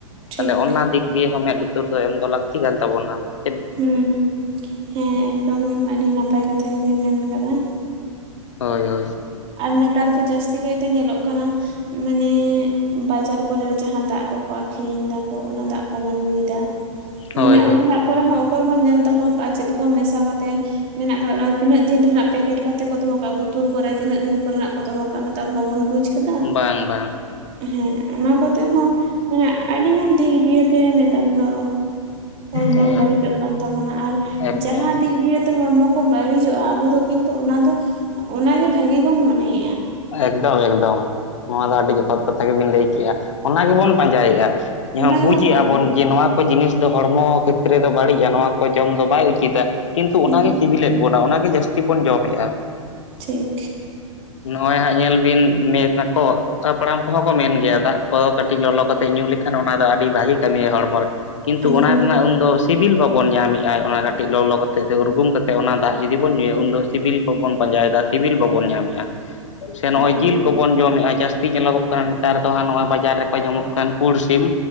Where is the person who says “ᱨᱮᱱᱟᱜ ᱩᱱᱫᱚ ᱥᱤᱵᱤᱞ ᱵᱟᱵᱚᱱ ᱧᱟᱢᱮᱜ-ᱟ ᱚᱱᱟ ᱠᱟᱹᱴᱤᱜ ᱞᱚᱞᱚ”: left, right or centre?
Left